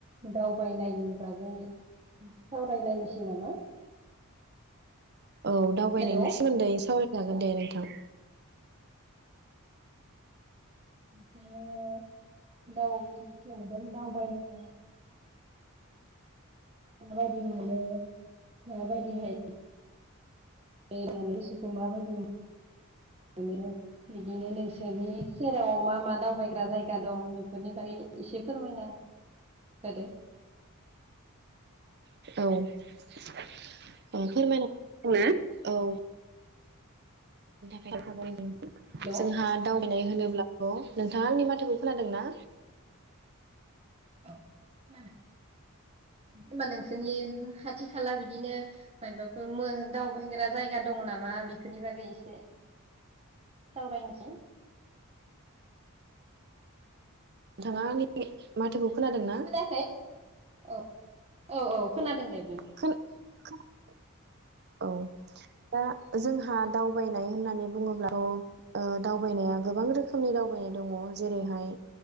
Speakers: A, on the right; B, on the right.
A: दावबायनायनि बागै सावरायलायनोसै नामा
B: औ दावबायनायनि
A: हेल'
B: सोमोन्दै सावरायनो जागोन दे नोंथां
A: म दाउ जेनेबा दावबायनानै माबायदि मोनो माबायदिहाय होननानै इसोरखौ माबायदि मोनो बिदिनो नोंसोरनि सेराव मा मा दावबायग्रा जायगा दं बेफोरनि बारै एसे फोरमायना होदो
B: औ औ फोरमायना ना औ थाखाय
A: खोनादोंना
B: जोंहा दावबायनाय होनो नोंथां आंनि माथोखौ खोनादों ना
A: औ औ होनबा नोंसोरनि खाथि खाला बिदिनो माबाफोर दावबायग्रा जायगा दङ नामा बेफोरनि बागै एसे सावरायनोसै
B: नोंथाङा आंनि माथोखौ खोनादों ना
A: खोनायाखै औ औ औ खोनादों दे बुं
B: खो खोनादों औ दा जोंहा दावबायनाय होननानै बुङोब्लाथ' दावबायनाया गोबां रोखोमनि दावबायनाय दङ जेरैहाय